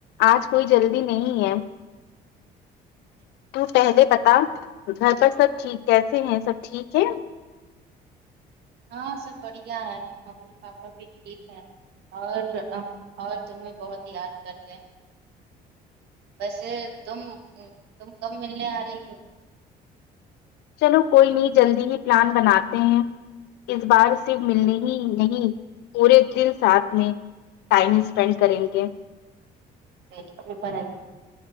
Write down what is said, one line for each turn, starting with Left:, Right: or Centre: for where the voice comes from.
Left: آج کوئی جلدی نہیں ہے تو پہلے بتا گھر پر سب ٹھیک کیسے ہیں سب ٹھیک ہے
Right: ہاں سب بڑھیا ہے ممی پاپا بھی ٹھیک ہے اور اور تمہیں بہت یاد کر تہ ویسے تم تم کم ملنے آ رہی ہو
Left: چلو کوئی نہیں جلدی ہی پلان بناتے ہیں اس بار سے ملنے ہی نہیں پورے دن ساتھ میں ٹائم اسپینڈ کریں گے
Right: مک اب اوپر آئیے